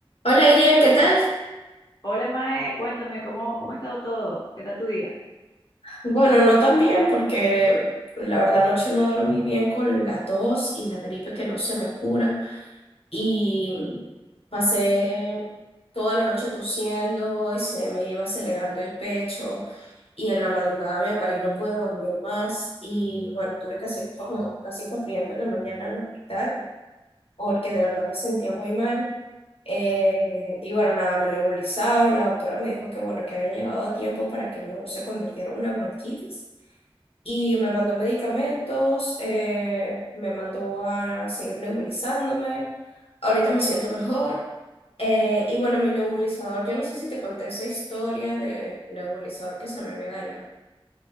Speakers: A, on the left (about 80°); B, on the left (about 45°).
A: Hola Irian, ¿qué tal?
B: Hola Mae, cuéntame, ¿cómo, cómo ha estado todo? ¿Qué tal tu día?
A: Bueno, no tan bien porque la verdad anoche no dormí bien con la tos y la gripe que no se me cura y pasé toda la noche tosiendo y se me iba acelerando el pecho y en la madrugada me paré y no pude dormir más y bueno, tuve que hacer como casi corriendo en la mañana al hospital porque de verdad me sentía muy mal. Eh, y bueno, nada, me nebulizaron. La doctora me dijo que bueno, que había llegado a tiempo para que no se convirtiera en una bronquitis. Y me mandó medicamentos, eh, me mandó a seguir nebulizándome. Ahorita me siento mejor. Eh, y bueno, mi nebulizador, yo no sé si te conté esa historia del nebulizador que se me había dañado.